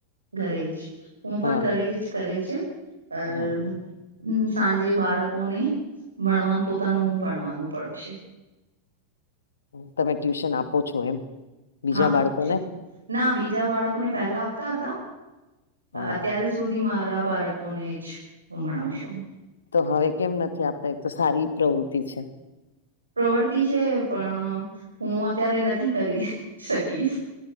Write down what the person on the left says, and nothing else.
હા
હા
તમે ટ્યુશન આપો છો એમ? બીજા
બાળકોને
હા
તો હવે કેમ નથી આપતા એ તો સારી પ્રવૃત્તિ છે.